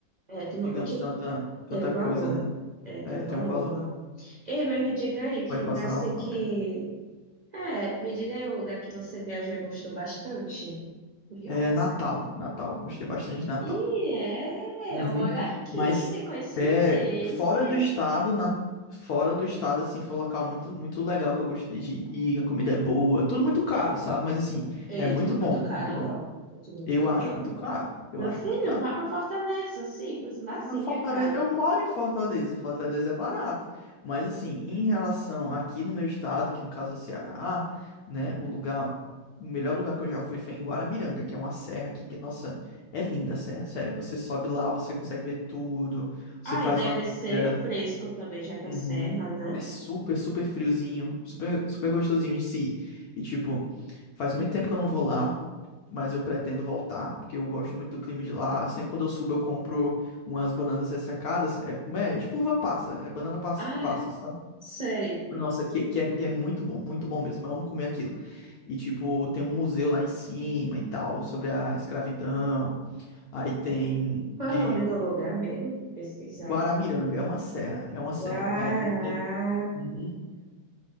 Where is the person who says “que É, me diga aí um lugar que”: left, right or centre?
Right